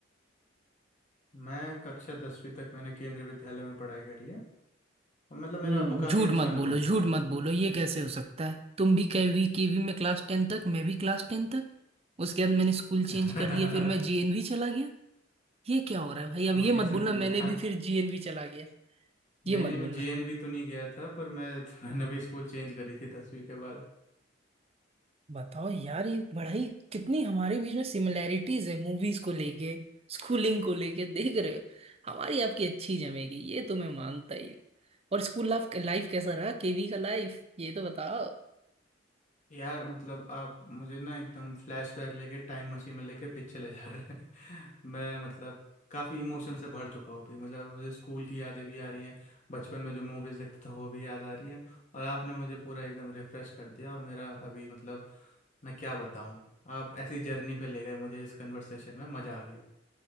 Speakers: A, on the left (about 40°); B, on the right (about 30°).
A: मैं कक्षा दसवीं तक मैंने केंद्रीय विद्यालय में पढ़ाई करी है और मतलब मेरा
B: हम्म,
A: अब काफ़ी
B: झूठ
A: अच्छा
B: मत
A: अनुभव
B: बोलो झूठ
A: था
B: मत बोलो ये कैसे हो सकता है तुम भी केवी केवी में क्लास टेन तक मैं भी क्लास टेन तक उसके बाद मैंने स्कूल चेंज
A: <laughs>
B: कर लिया फिर मैं जीएनवी चला गया ये क्या हो रहा है भाई
A: छोटी
B: अब ये मत
A: सी
B: बोलना
A: दुनिया
B: मैंने भी
A: अब
B: फिर जीएनवी चला गया ये
A: नहीं
B: मत
A: नहीं
B: बोलना
A: मैं जेएनवी तो नहीं गया था पर मैं <laughs> मैंने भी स्कूल चेंज करी थी दसवीं के बाद।
B: बताओ यार ये पढ़ाई कितनी हमारे बीच में सिमिलैरिटीज है मूवीज को लेके स्कूलिंग को लेके देख रहे हो हमारी आपकी अच्छी जमेगी ये तो मैं मानता ही हूँ और स्कूल लाइफ लाइफ कैसा रहा केवी का लाइफ ये तो बताओ
A: यार मतलब आप मुझे ना एकदम फ्लैशबैक लेके टाइम मशीन में लेके पीछे ले जा रहे हैं <laughs> मैं मतलब काफ़ी इमोशन से भर चुका हूँ अभी मतलब मुझे स्कूल की यादें भी आ रही हैं बचपन में जो मूवीज़ देखता था वो भी याद आ रही हैं और आपने मुझे पूरा एकदम रिफ़्रेश कर दिया और मेरा अभी मतलब मैं क्या बताऊँ आप ऐसी जर्नी पे ले गए मुझे इस कन्वर्सेशन में मज़ा आ गया